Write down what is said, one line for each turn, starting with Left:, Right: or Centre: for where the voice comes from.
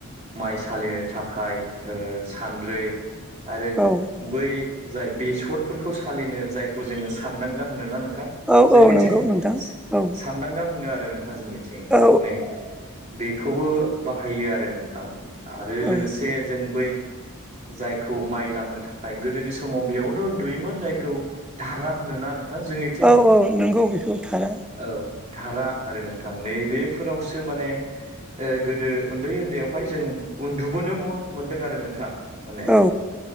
Right: माइ सालिनो थाखाय ओ सान्द्रै आरो
Centre: औ
Right: बै जाय बेसरफोरखौ सालिनो जायखौ जोङो सानदांगा होनोनां नों थां?
Centre: औ
Right: जोंनिथिं
Centre: औ नंगौ नोंथां
Right: स-सानदांगा
Centre: औ
Right: होनो आ रो नोंथां जोंनिथिं
Centre: औ
Right: नै बेखौबो बाहायो आरो नोंथां । आरो लोगोसे
Centre: औ
Right: जों बै जायखौ माइ लामनो था खाय गोदोनि समाव बेयावनो उन्दुयोमोन जायखौ धारा होनोना नों थां, जोंनिथिं
Centre: औ औ नंगौ बेखौ थारा
Right: औ धारा आरो नोंथां नै बेफोरावसो माने ओ गोदो उन्दै उन्दैयावहाय जों उन्दुबोनो मोनदों आरो नोंथां। माने।
Centre: औ